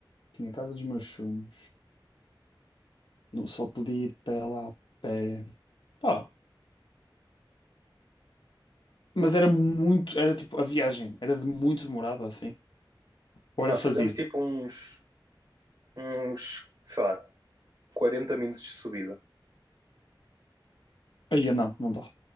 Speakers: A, on the left (about 70°); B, on the right (about 50°).
A: tinha a casa dos meus sonhos. Não só podia ir pé lá a pé. Pá, mas era muito, era tipo, a viagem era de muito demorada assim.
B: Mano,
A: Hora fazida.
B: fazemos tipo uns, uns, sei lá, 40 minutos de subida,
A: Aí, não, não dá.